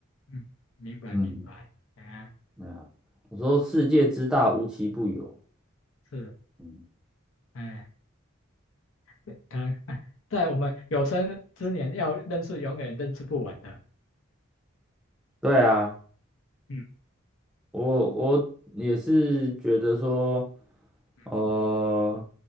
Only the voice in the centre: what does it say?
嗯，
对啊，我说世界之大，无奇不有。
嗯，
对啊。
我我也是觉得说，
呃，